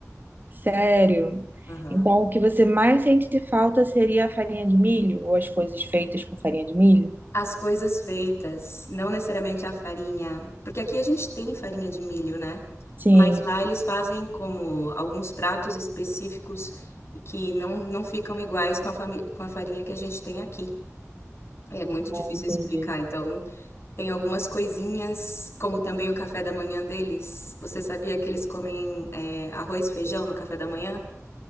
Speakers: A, on the right (about 35°); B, on the left (about 50°).
A: Sério.
B: Aham.
A: Então, o que você mais sente falta seria a farinha de milho ou as coisas feitas com farinha de milho?
B: As coisas feitas, não necessariamente a farinha, porque aqui a gente tem farinha de milho, né?
A: Sim,
B: Mas lá eles fazem como alguns pratos específicos que não, não ficam iguais com a, fami- com a farinha que a gente tem aqui. É muito difícil
A: entendi.
B: explicar. Então, tem algumas coisinhas, como também o café da manhã deles. Você sabia que eles comem, é, arroz e feijão no café da manhã?